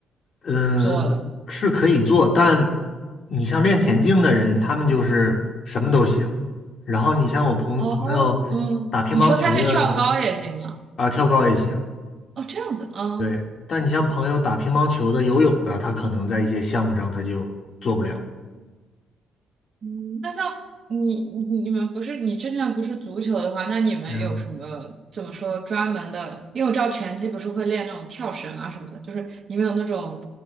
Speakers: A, on the left (about 55°); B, on the right (about 50°).
A: 嗯、
B: 做的。
A: 是可以做，但你像练田径的人，他们就是什么都行。然后你像我朋朋友打乒乓球的
B: 哦，嗯，你说他去跳高也行啊？
A: 啊、跳高也行。
B: 哦，这样子，嗯。
A: 对，但你像朋友打乒乓球的、游泳的，他可能在一些项目上他就做不了。
B: 嗯，那像你你们不是你之前不是足球的话，那你们有什么怎么说专门的？
A: 嗯
B: 因为我知道拳击不是会练那种跳绳啊什么的，就是你们有那种